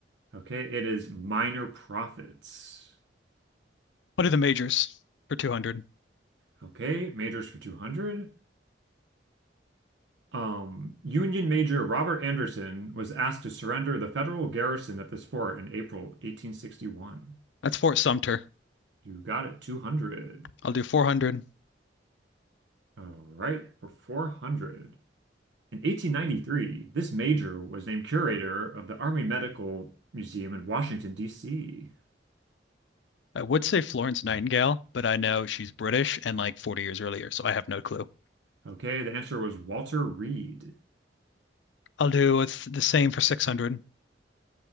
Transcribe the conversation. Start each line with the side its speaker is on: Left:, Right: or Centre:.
Right: Okay, it is minor prophets.
Left: I'll do the majors for 200.
Right: Okay, majors for 200. Um, Union Major Robert Anderson was asked to surrender the federal garrison at this fort in April 1861.
Left: That's Fort Sumter.
Right: You got it, 200.
Left: I'll do 400.
Right: All right, for 400. In 1893, this major was named curator of the Army Medical Museum in Washington, D.C.
Left: I would say Florence Nightingale, but I know she's British and like 40 years earlier, so I have no clue.
Right: Okay, the answer was Walter Reed.
Left: I'll do it's the same for 600.